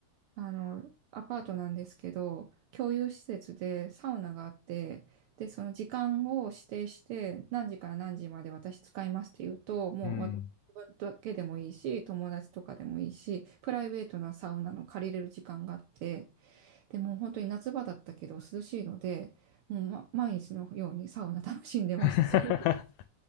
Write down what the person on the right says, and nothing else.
あの、アパートなんですけど、共有施設でサウナがあって、で、その時間を指定して、何時から何時まで私使いますって言うと、もうわ自分だけでもいいし、
友達とかでもいいし、プライベートなサウナの借りれる時間があって、でも本当に夏場だったけど涼しいので、もう、ま、毎日のようにサウナ楽しんでました。
すごい。